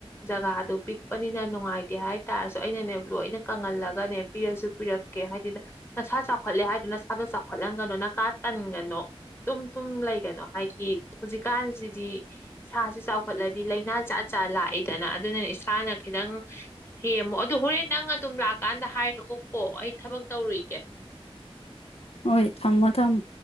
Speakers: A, on the left; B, on the left.
A: ꯖꯒꯥꯗꯨ ꯂꯛꯄꯅꯤꯅ ꯅꯨꯡꯉꯥꯏꯇꯦ ꯍꯥꯏꯇꯥꯔꯁꯨ ꯑꯩꯅꯅꯦ ꯂꯣꯏꯅ ꯀꯪꯍꯜꯂꯒꯅꯦ ꯄꯤꯔꯁꯨ ꯄꯤꯔꯛꯀꯦ ꯍꯥꯏꯗꯤ ꯅꯁꯥ ꯆꯥꯎꯈꯠꯂꯦ ꯍꯥꯏꯗꯨ ꯅꯁꯥꯗꯣ ꯆꯥꯎꯈꯠꯍꯟꯒꯅꯣ ꯅꯀꯥ ꯇꯟꯒꯅꯣ ꯇꯨꯝ ꯇꯨꯝ ꯂꯩꯒꯅꯣ ꯍꯥꯏꯗꯤ ꯍꯧꯖꯤꯛꯀꯥꯟꯁꯤꯗꯤ ꯏꯁꯁꯤ ꯆꯥꯎꯈꯠꯂꯗꯤ ꯂꯥꯏꯅꯥ ꯥꯠ ꯖꯥ ꯂꯥꯛꯏꯗꯅ ꯑꯗꯨꯅ ꯏꯁꯥꯅ ꯈꯤꯇꯪ ꯁꯦꯝꯃꯣ ꯑꯗꯨ ꯍꯣꯔꯦꯟ ꯅꯪ ꯑꯗꯨꯝ ꯂꯥꯛꯀꯥꯟꯗ ꯍꯥꯏꯔꯛꯑꯣꯀꯣ ꯑꯩ ꯊꯕꯛ ꯇꯧꯔꯨꯏꯒꯦ
B: ꯍꯣꯏ ꯊꯝꯃꯣ ꯊꯝꯃꯣ